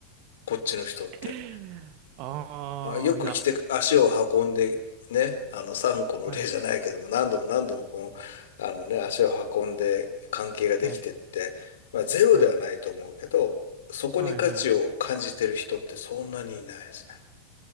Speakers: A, on the left; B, on the right.
A: こっちの人って。
B: <laughs> ああ、
A: あ、よく来て、
B: いや、
A: 足を運んで、ね、あの、3個の例じゃないけども、
B: はい、
A: 何度も何度もこの、
B: うん
A: あのね、足を運んで関係ができてって、
B: はい、
A: まあ、ゼロではないと思うけど、
B: はい、
A: そこに価値を感じてる人ってそんなにいないですね。
B: はい、はい。